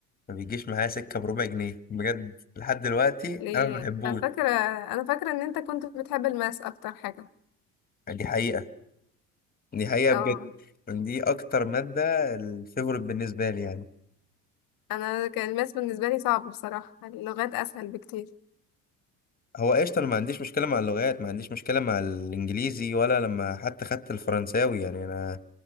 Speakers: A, on the left; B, on the left.
A: ما بيجيش معايا سكة بربع جنيه بجد لحد دلوقتي
B: ليه
A: انا ما بحبوش
B: انا فاكره انا فاكره ان انت كنت بتحب الماس اكتر حاجه
A: دي حقيقة دي حقيقة
B: اه
A: بجد دي اكتر مادة الفيفوريت بالنسبة لي يعني
B: انا كان الماس بالنسبه لي صعب بصراحه اللغات اسهل بكتير
A: هو قشطة أنا ما عنديش مشكلة مع اللغات ما عنديش مشكلة مع الإنجليزي ولا لما حتى خدت الفرنساوي يعني أنا